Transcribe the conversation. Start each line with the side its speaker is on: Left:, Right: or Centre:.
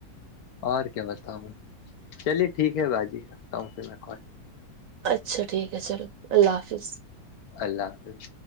Left: اور کیا بتاؤں چلیے ٹھیک ہے باجی رکھتا ہوں پھر میں کال
Right: اچھا ٹھیک ہے چلو اللہ حافظ
Left: اللہ حافظ